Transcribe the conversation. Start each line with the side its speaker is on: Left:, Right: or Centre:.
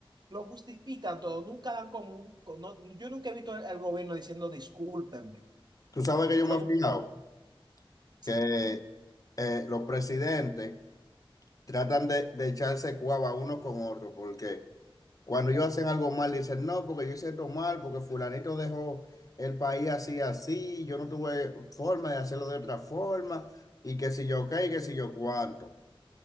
Right: lo justifican todo. Nunca dan como un, con- no, yo nunca he visto al al gobierno diciendo discúlpenme.
Left: Tú sabes que yo
Right: Yo
Left: me he
Right: no,
Left: fijado
Right: sí.
Left: que eh, los presidentes tratan de, de echarse cuava uno con otro, porque cuando ellos hacen algo mal, dicen, no, porque yo hice esto mal, porque fulanito dejó el país así, así, yo no tuve forma de hacerlo de otra forma, y que si yo qué, y que si yo cuánto.